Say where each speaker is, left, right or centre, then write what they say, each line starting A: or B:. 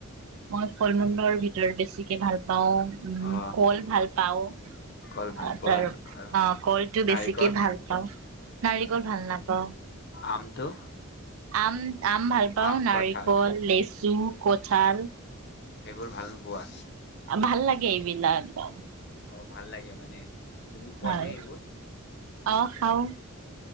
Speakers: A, on the right; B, on the left.
A: মই ফল মূলৰ ভিতৰত বেছিকে ভাল পাওঁ। পাওঁ উম
B: অ
A: কল ভাল। পাওঁ।
B: কল ভাল পোৱা
A: তাৰ
B: আৰু
A: অ কলটো
B: নাৰিকল
A: বেছিকে ভাল পাওঁ নাৰিকল ভাল নাপাওঁ
B: আমটো
A: আম আম ভাল পাওঁ
B: আম
A: নাৰিকল
B: কঁঠাল
A: লেচু। চুম কঁঠাল।
B: সেইবোৰ ভাল নোপোৱা।
A: ভাল লাগে এইবিলাক একদম।
B: অ ভাল লাগে মানে। তুমি খোৱা
A: ভাল
B: নে এইবোৰ
A: অ খাও।